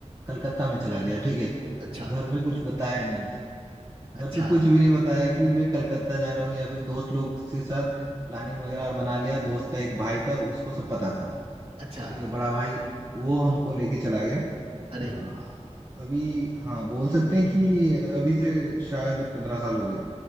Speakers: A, on the right (about 30°); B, on the right (about 50°).
A: कलकत्ता में चला गया ठीक है
B: अच्छा
A: घर में कुछ बताया नहीं
B: अच्छा
A: घर पे कुछ भी नहीं बताया कि मैं कलकत्ता जा रहा हूँ या फिर दोस्त लोग के साथ प्लानिंग वगैरह बना लिया दोस्त का एक भाई था उसको सब पता था
B: अच्छा
A: ठीक है बड़ा भाई वो हमको लेके चला गया
B: अरे
A: अ, अभी हाँ बोल सकते हैं कि अभी से शायद पंद्रह साल हो गए